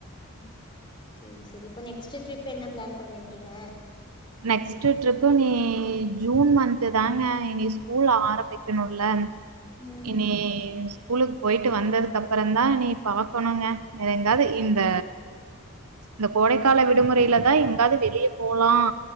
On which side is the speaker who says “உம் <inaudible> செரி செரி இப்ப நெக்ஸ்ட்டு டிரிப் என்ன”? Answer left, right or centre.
Left